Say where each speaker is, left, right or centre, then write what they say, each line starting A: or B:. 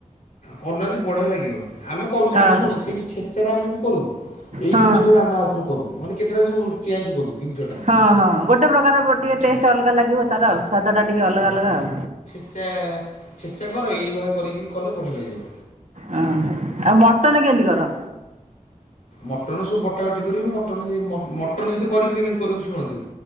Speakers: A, on the left; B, on the right.
A: କରୁନାହାନ୍ତି ବଢିଆ ଲାଗିବ ଆମେ କରୁଛୁ
B: ହଁ
A: ଆମେ ଶୁଣୁ ସେଇ ଯୋଉ ଛେଚାରେ ଆମେ ବି କରୁ। ଏଇ
B: ହଁ।
A: ଜିନିଷଟା ବି ଆମେ ଆଉଥରେ କରୁ ମାନେ କେତେଟାବି ଚେଞ୍ଜ କରୁ ଜିନିଷଟା।
B: ହଁ ହଁ ଗୋଟେ ପ୍ରକାର ଗୋଟିଏ ଟେଷ୍ଟ ଅଲଗା ଲାଗିବ ତାର ଆଉ ସ୍ୱାଦ ଟା ଟିକେ ଅଲଗା ଅଲଗା ଆଉ।
A: ଚା ଛେଚା କର ଏଇଭଳିଆ କରିକି ବି କଲେ ବଢ଼ିଆ ଲାଗିବ।
B: ହଁ ଆଉ ମଟନ କେମିତି କର।
A: ମଟନ୍ ସବୁ ବଟା ବଟି କରିବୁ ମଟନ୍ ମଟନ୍ ଯଦି କରିବୁ କେମିତି କରିବୁ ଶୁଣନ୍ତୁ।